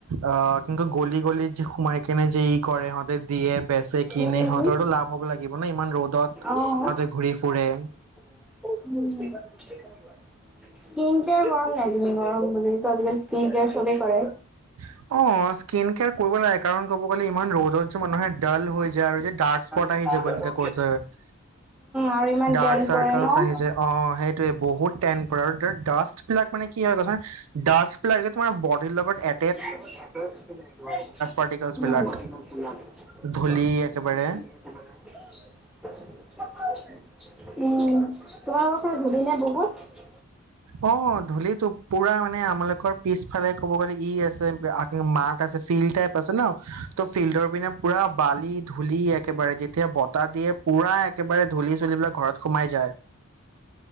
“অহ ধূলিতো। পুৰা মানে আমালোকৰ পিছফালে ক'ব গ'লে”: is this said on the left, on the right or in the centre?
Right